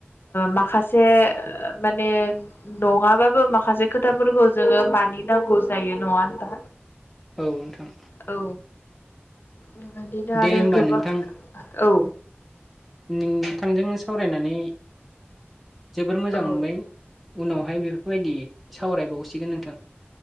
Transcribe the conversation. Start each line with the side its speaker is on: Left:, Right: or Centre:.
Left: माखासे माने नङाबाबो माखासे खोथाफोरखौ जोङो म नि नांगौ जायो नङा होनबा
Centre: औ नोंथां
Left: औ बेबायदिनो
Centre: दे
Left: आरो
Centre: होमबा
Left: गोबां
Centre: नोंथां
Left: औ
Centre: नोंथांजों सावरायनानै जोबोर मोजां
Left: औ
Centre: मोनबाय उनाव उनावहाय बेफोरबायदि सावरायबावसिगोन नोंथां